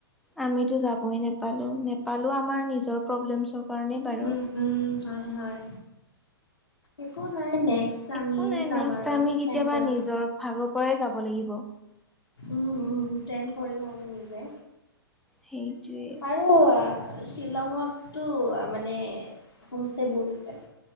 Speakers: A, in the centre; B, on the left (about 85°).
A: আমিতো যাবই নাপালো, নাপালো আমাৰ নিজৰ প্ৰব্লেমছৰ কাৰণেই বাৰু।
B: উম উম হয় হয়, একো নাই নেক্সট
A: একো
B: আমিয়ে
A: নাই
B: যাম
A: নেক্সট
B: আৰু
A: আমি কেতিয়াবা
B: প্লেন কৰিম।
A: নিজৰ ভাগৰ পৰাই যাব লাগিব।
B: উম উম প্লেন কৰিম আমি নিজে।
A: সেইটোৱে
B: আৰু শ্বিলঙতটো মানে হোম ষ্টে বহুত আছে।